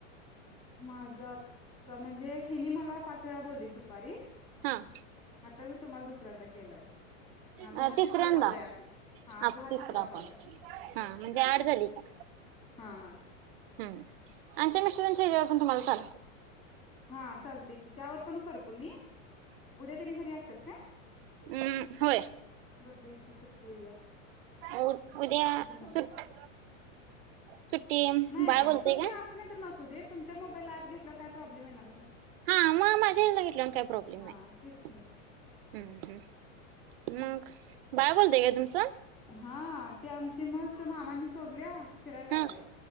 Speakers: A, on the left (about 15°); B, on the right (about 45°).
A: माझ आता म्हणजे हेनी मला पाच वेळा बोललेत दुपारी
B: हं
A: आता मी तुम्हाला दुसऱ्यांदा केलाय मग आता
B: अ
A: हा
B: तिसऱ्यांदा
A: तिसरा कॉल आहे आपला आपला
B: हा तिसरा कॉल
A: आहे
B: ह म्हणजे आठ झाली की
A: हा हा
B: हं आमच्या मिस रांच्या ह्याज्यावर तुम्हाला चालतय.
A: हा चालतय की त्यावर पण करतो मी उद्या त्यानी घरी असतात काय?
B: ऊं होय.
A: बकरी ईदची सुट्टी उद्या
B: उ उद्या
A: कुठून नाही
B: सु सूट सुट
A: नाही
B: बाळ बोलतय
A: सुट्टी
B: का?
A: असुदे नाहीतर नस सुदेत तुमच्या मोबाईला ऍप घेतल्यावर काय प्रॉबलेम येणार.
B: हा मग माझ्या ह्याला घेतल्याने काही प्रॉब्लेम
A: हा
B: नाही
A: तेच की
B: हम्म हम्म मग बाळा बोलतय काय तुमचं?
A: हा, ते आमची म्हस मामांनी सोडल्या फिराया लागल्या.
B: हा